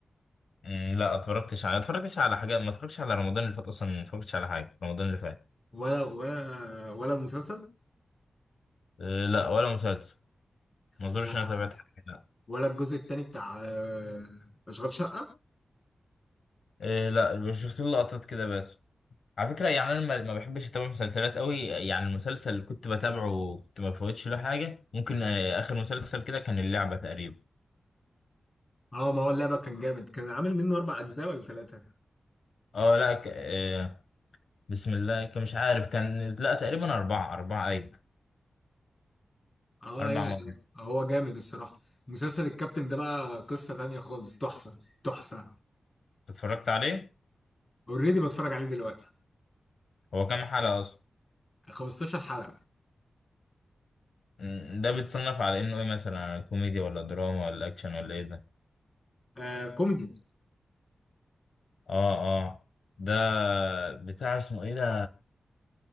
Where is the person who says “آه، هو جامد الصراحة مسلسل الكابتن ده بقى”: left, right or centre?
Left